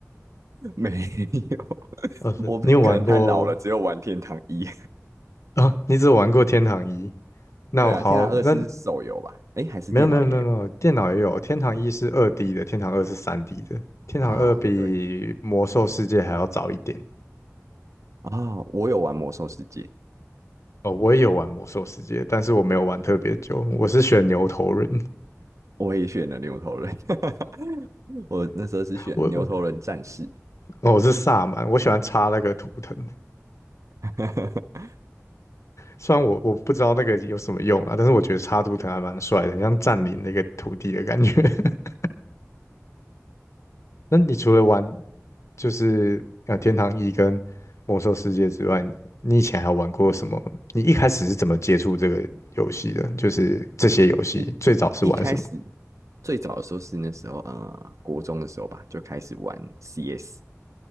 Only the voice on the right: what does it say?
没有，
我可能太老了，
只有玩天堂一。
<laughs>
对啊，天堂二是手游吧？
诶，还是电脑也有
啊？对，
啊、我有玩魔兽世界，
我也选了牛头人，<laughs> 我那时候是选牛头人战士。
<laughs>
一一开始最早的时候是那时候呃国中的时候吧，就开始玩 CS，